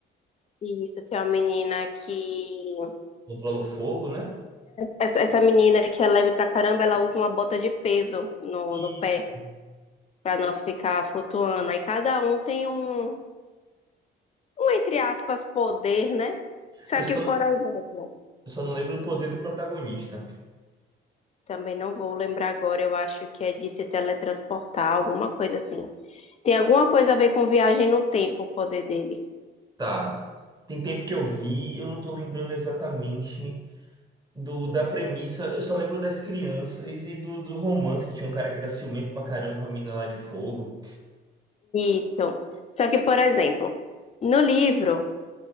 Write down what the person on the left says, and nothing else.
Isso, tem uma menina que.
Essa, essa menina que é leve pra caramba, ela usa uma bota de peso no,
no pé. para não ficar flutuando. Aí cada um tem um, um, entre aspas, poder, né? Só
que, por exemplo,
também não vou lembrar agora, eu acho que é de se teletransportar, alguma coisa assim. Tem alguma coisa a ver com viagem no tempo, o poder dele.
Isso. Só que, por exemplo, no livro,